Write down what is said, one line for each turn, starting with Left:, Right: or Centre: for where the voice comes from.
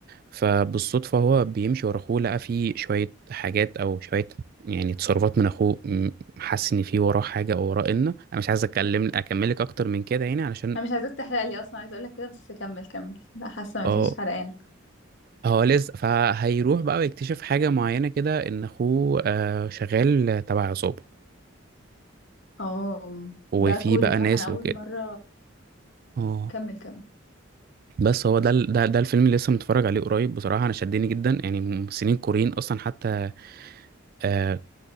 Right: فبالصدفة هو بيمشي ورا أخوه لقى فيه شوية حاجات أو شوية يعني تصرفات من أخوه م- حس إن في وراه حاجة أو وراه إن أنا مش عايز أتكلم أكملك أكتر من كده يعني علشان
Left: انا مش عايزاك تحرق لي اصلا عايزه اقول لك كده بس كمل كمل لا حاسه
Right: اه
Left: ما فيش حرقان
Right: هو لسه فهيروح بقى ويكتشف حاجة معينة كده إن أخوه آه، شغال تبع عصابة
Left: اه
Right: وفي
Left: ده كوري
Right: بقى
Left: صح
Right: ناس
Left: انا اول
Right: وكده
Left: مره
Right: اه
Left: كمل كمل
Right: بس هو ده ال- ده ده الفيلم اللي لسه متفرج عليه قريب بصراحة أنا شدني جدا يعني ممثلين كوريين أصلا حتى آه